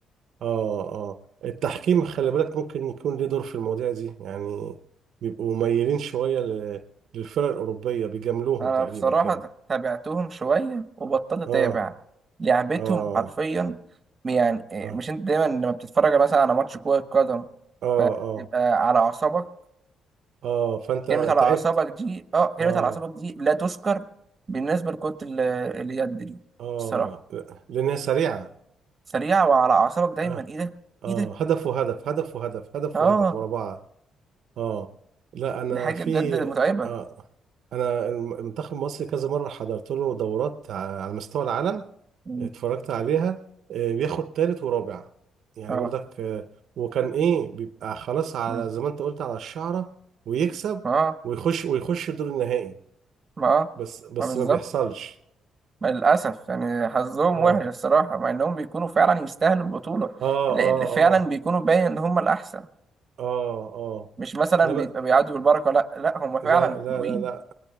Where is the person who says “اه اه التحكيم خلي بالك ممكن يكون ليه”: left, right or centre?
Right